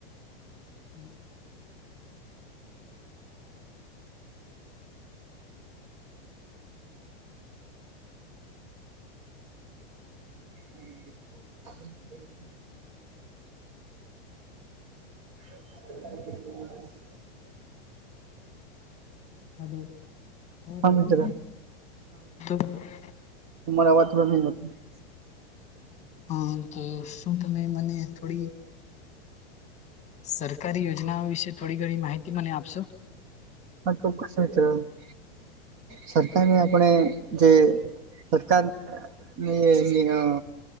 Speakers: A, on the left; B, on the right.
A: હમ્મ.
B: <unintelligible> <unintelligible>
A: હલો અવાજ
B: હા
A: આવ
B: મિત્ર
A: તો છે <inaudible>
B: તમારે આવાજ થોડા <unintelligible>
A: હા તો શૂ તમે મને થોડી સરકારી યોજનાઓ વિશે થોડી ઘણી માહિતી મને આપશો?
B: <unintelligible> સરકારને આપણે જે સરકાર ન એના